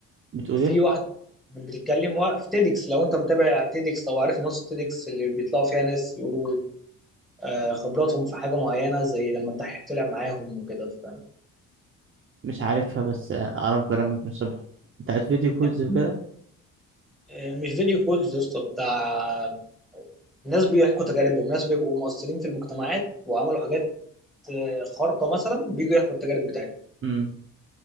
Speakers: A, on the right; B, in the centre.
A: بتقول
B: في
A: إيه؟
B: واحد بتتكلم وا- في تيدكس لو انت متابع تيدكس او عارف نص تيدكس اللي بيطلعوا فيها ناس يقولوا آه، خبراتهم في حاجه معينه زي لما الدحيح طلع معاهم وكده ف
A: مش عارفها بس اعرف برامج نصيبها بتاعت فيديو كولز
B: يعني
A: وكده
B: آه، مش فيديو كولز يا اسطى بتاع ناس بيحكوا تجاربهم ناس بيبقوا مؤثرين في المجتمعات وعملوا حاجات آه، خارقه مثلا بيجوا يحكوا التجارب بتاعتهم
A: امم